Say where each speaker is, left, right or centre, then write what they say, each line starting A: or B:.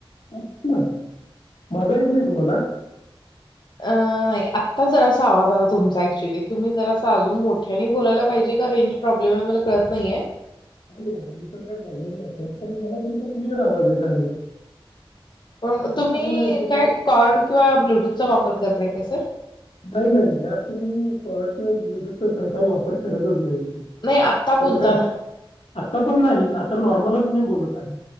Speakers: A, on the left (about 90°); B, on the left (about 50°).
A: <unintelligible> माझा येत नाय तुम्हाला
B: अं नाही आत्ता जरासा आवाज आला तुमचा ऍक्च्युली तुम्ही जरा अजून मोठ्यानी बोलायला पाहिजे का रेंज प्रॉब्लेम आहे मला कळत नाहीय.
A: नाही रेंज काय प्रॉब्लेम नसेल पण मला त्यांचा क्लिअर आवाज येत आहे.
B: पण तुम्ही
A: आत्ता मला येतो
B: काय
A: का
B: कॉड किंवा ब्लूटूथ चा वापर करताय का सर
A: नाही नाही जास्त मी कॉड किंवा ब्लूटूथचा सहसा वापर करतच नाही.
B: आत्ता बोलताना
A: कारण का आता पण नाही आता नॉर्मलच मी बोलत आहे.